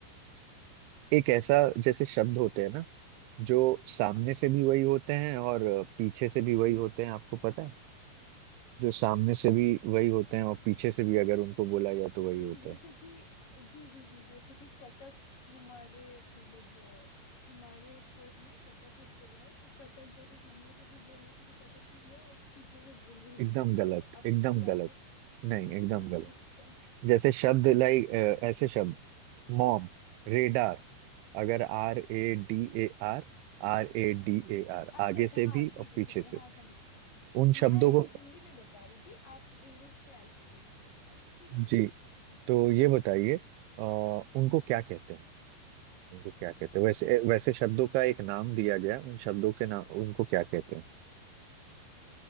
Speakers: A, on the right; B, on the left.
A: एक ऐसा जैसे शब्द होते हैं ना जो सामने से भी वही होते हैं और पीछे से भी वही होते हैं आपको पता है जो सामने से भी वही होते हैं और पीछे से भी अगर उनको बोला जाए तो वही
B: जी
A: होता
B: जैसे
A: है
B: कि जी जी जी जैसे कि कटक हमारे मतलब अ, हमारे स्टेट में कटक एक जगह है तो कटक जैसे सामने से भी बोलने से भी कटक ही हुआ और पीछे से बोलने से भी
A: एकदम
B: कटक
A: गलत
B: ही हुआ आप
A: एकदम
B: उसकी
A: गलत
B: बात कर
A: नहीं
B: नहीं
A: एकदम गलत
B: <laughs> अच्छा
A: जैसे शब्द लाइक ऐसे शब्द मॉम रेडार अगर R A D A R R A D A R
B: अच्छा
A: आगे
B: अच्छा
A: से
B: हाँ
A: भी
B: ठीक
A: और
B: है
A: पीछे
B: ठीक है
A: से
B: हाँ समझ गई
A: उन शब्दों
B: मैं
A: को
B: हिंदी में बता रही थी आप इंग्लिश के अल्फाबेट्स में बता रहे ठीक है ठीक
A: जी
B: है एकदम ठीक
A: तो ये बताइए अ, उनको क्या कहते हैं उनको क्या कहते हैं वैसे वैसे शब्दों
B: है
A: का
B: उनको
A: एक नाम दिया गया उन शब्दों के नाम उनको क्या कहते हैं